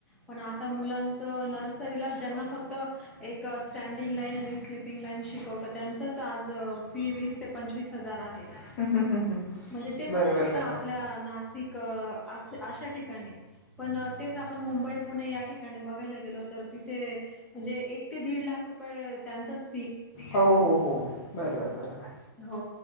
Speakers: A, in the centre; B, on the left (about 35°).
A: पण आता मुलांच नर्सरीला ज्यांना फक्त एक सड िंग लाईन आणि स्लिपिंग लाईन शिकवत त्यांचंच आज फी वीस ते पंचवीस हजार आहे
B: आहे.
A: म्हणजे ते
B: बरोबर
A: पण फक्त
B: बरोबर.
A: आपल्या नाशिक अशा ठिकाणी पण तेच आपण मुंबई पुणे या ठिकाणी बघायला गेलो तर तिथे म्हणजे एक ते दीड लाख रुपये त्यांचच
B: हो हो हो बरोबर बरबर
A: हो